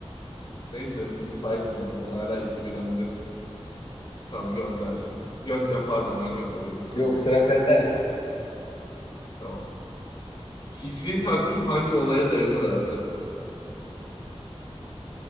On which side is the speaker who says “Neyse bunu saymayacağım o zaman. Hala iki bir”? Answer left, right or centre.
Left